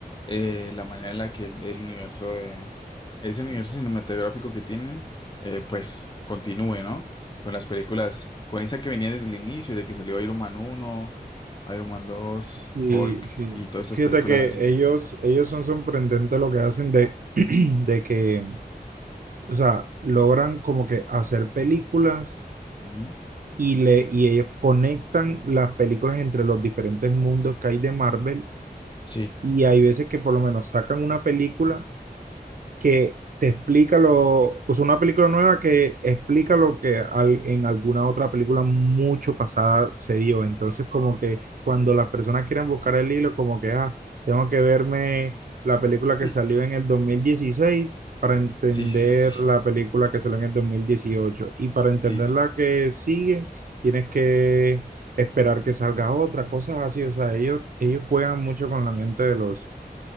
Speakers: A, on the left; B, on the right.
A: eh, la manera en la que el, el universo de ese universo cinematográfico que tienen, eh, pues continúe, ¿no? Con las películas, con esa que venía desde el inicio, de que salió Iron Man uno Iron Man dos
B: Sí,
A: Hulk
B: sí.
A: y todas estas
B: Fíjate
A: películas
B: que
A: así.
B: ellos, ellos son sorprendentes lo que hacen de, <clears throat> de que, o sea, logran como que hacer películas
A: Mm,
B: y, le, y ellos conectan las películas entre los diferentes mundos que hay de Marvel.
A: Sí,
B: Y hay veces que por lo menos sacan una película que te explica lo, o sea, una película nueva que explica lo que al- en alguna otra película mucho pasada se dio. Entonces, como que cuando las personas quieren buscar el hilo, como que, ah, tengo que verme la película que
A: <laughs>
B: salió en el 2016 para entender
A: sí, sí, sí,
B: la película que salió en el dos mil dieciocho Y para entender
A: sí, sí,
B: la que sigue, tienes que esperar que salga otra, cosas así. O sea, ellos, ellos juegan mucho con la mente de los